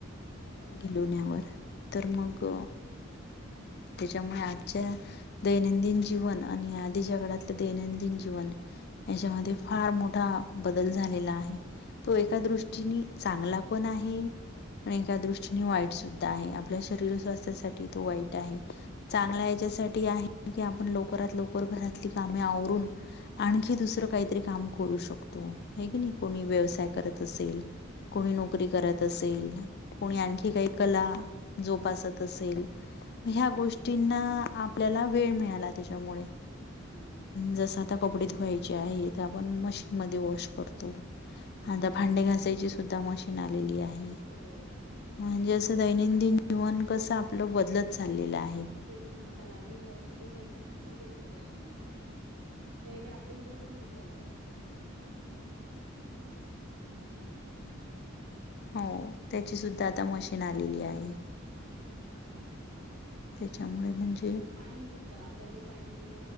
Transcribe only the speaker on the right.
हो मॅडम.
हं.
हां.
हो.
हां,
वाईट
आहे.
हं.
हो
हो
हं.
त्याच्यासाठी पण
हं, हो
मॅडम.
हो हो
तेच ना, आता लाधी फरशू पुसायची म्हटलं की त्याची मशीनच आहे, पहिले आपल्याला बसून पुसाय लागत होतं हॅलो.
<inaudible>
पाणीसुद्धा पहिले पाणी हे